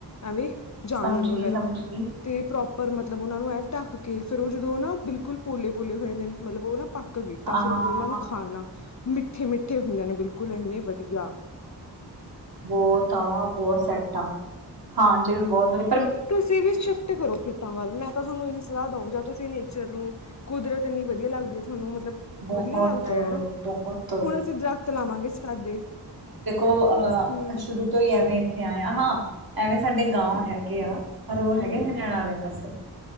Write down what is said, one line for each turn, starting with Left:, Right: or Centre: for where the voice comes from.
Left: ਐਵੇਂ- ਜਾਨਵਰ-
Right: ਸਮਝ
Left: ਵਗੈਰਾ,
Right: ਗਈ ਸਮਝ ਗਈ
Left: ਤੇ ਪ੍ਰੋਪ ਪਰ ਮਤਲਬ ਉਹਨਾ ਨੂੰ ਐਂ ਢੱਕ ਕੇ ਫਿਰ ਉਹ ਜਦੋਂ ਨਾ ਬਿਲਕੁਲ ਪੋਲੇ- ਪੋਲੇ ਹੋਏ ਜਾਂਦੇ ਨੇ, ਮਤਲਬ ਉਹ ਨਾ- ਪੱਕ ਗਏ, ਤਾਂ
Right: ਹਾਂ
Left: ਫਿਰ
Right: ਹਾਂ
Left: ਉਦੋਂ ਉਹਨਾਂ ਨੂੰ
Right: ਹਾਂ
Left: ਖਾਣਾ।
Right: ਹਾਂ
Left: ਮਿੱਠੇ -ਮਿੱਠੇ ਹੁੰਦੇ ਨੇ, ਬਿਲਕੁਲ ਇੰਨੇ ਵਧੀਆ।
Right: ਬਹੁਤ ਆ ਬਹੁਤ ਸੈੱਟ ਆ। ਹਾਂ ਜੇ ਵੀ ਬਹੁਤ ਵਾਰੀ
Left: ਤੁਸੀਂ ਵੀ ਸ਼ਿਫਟ ਕਰੋ। ਖੇਤਾਂ ਵੱਲ ਮੈਂ ਤਾਂ ਤੁਹਾਨੂੰ ਇਹੀ ਸਲਾਹ ਦਊ। ਜਾਂ ਤੁਸੀਂ ਚਲੋ, ਕੁਦਰਤ ਇੰਨੀ ਵਧੀਆ ਲੱਗਦੀ। ਤੁਹਾਨੂੰ ਮਤਲਬ
Right: ਬਹੁਤ
Left: ਵਧੀਆ ਲੱਗਦਾ ਹੈ। ਯਾਰ
Right: ਬਹੁਤ
Left: ਹੁਣ ਅਸੀਂ ਦਰਖਤ ਲਾਵਾਂਗੇ। ਸਫੈਦੇ
Right: ਉਹ
Left: ਹੂੰ
Right: ਅ ਸ਼ੁਰੂ ਤੋਂ ਹੀ ਐਵੇਂ, ਇੱਥੇ ਆਇਆ ਹਾਂ। ਐਵੇਂ ਸਾਡੇ- ਗਾਓ ਹੈਗੇ ਆ। ਪਰ ਉਹ
Left: ਹੂੰ
Right: ਹੈਗੇ ਹਰਿਆਣਾ ਵਾਲੇ ਪਾਸੇ।